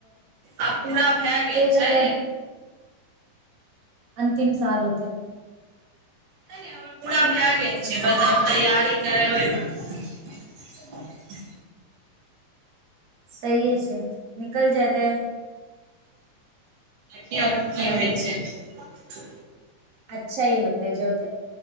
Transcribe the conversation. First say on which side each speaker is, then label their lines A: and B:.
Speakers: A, on the right; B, on the right.
A: आब पूरा भए गेल
B: तकल
A: छै
B: तीन साल होतै
A: नहि नहि हमर पूरा भए गेल छै बस आब तैयारी करबै बस
B: सहिए छै निकल जेतै
A: देखियौ की होइ छै
B: अच्छा ही होतै जे होतै